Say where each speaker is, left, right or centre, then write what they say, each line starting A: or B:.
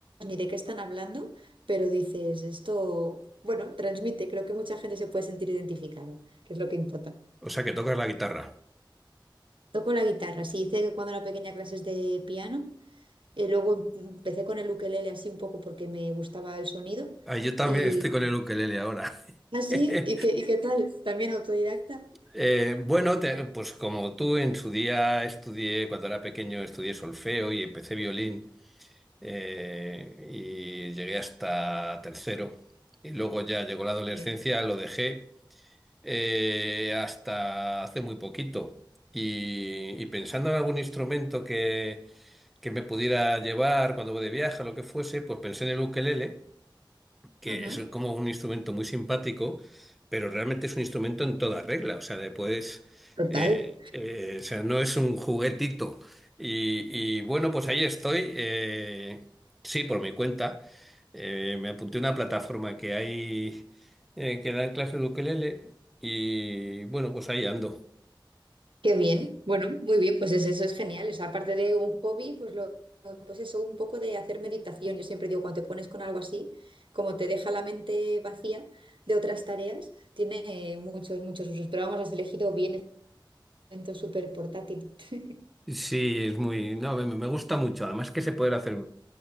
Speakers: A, on the right; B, in the centre.
A: ni de qué están hablando, pero dices, esto, bueno, transmite, creo que mucha gente se puede sentir identificada, que es lo que importa.
B: O sea, que tocas la guitarra.
A: Toco la guitarra, sí, hice que cuando era pequeña clases de piano, eh, luego em- empecé con el ukelele así un poco porque me gustaba el sonido
B: Ah, yo también
A: y
B: estoy con el ukelele ahora.
A: así,
B: <laughs>
A: ¿y qué, y qué tal? También autodidacta.
B: Eh, bueno, te- pues como tú en su día estudié, cuando era pequeño, estudié solfeo y empecé violín eh, y llegué hasta tercero. Y luego ya llegó la adolescencia,
A: Muy bien.
B: lo dejé eh, hasta hace muy poquito. Y, y pensando en algún instrumento que, que me pudiera llevar cuando voy de viaje o lo que fuese, pues pensé en el ukelele que
A: Ujú.
B: es como un instrumento muy simpático, pero realmente es un instrumento en toda regla, o sea, le puedes,
A: Total.
B: eh, eh, o sea, no es un juguetito. Y, y bueno, pues ahí estoy, eh, sí, por mi cuenta, Eh, me apunté a una plataforma que hay, eh, que dan clases de ukelele y bueno, pues ahí ando.
A: Qué bien, bueno, muy bien, pues es- eso es genial. O sea, aparte de un hobby, pues lo, lo- pues eso, un poco de hacer meditación. Yo siempre digo, cuando te pones con algo así, como te deja la mente vacía de otras tareas, tiene eh, muchos, muchos usos. Pero vamos, has elegido bien, es momento súper portátil. <laughs>
B: Sí, es muy, no, me me gusta mucho, además que se puede hacer...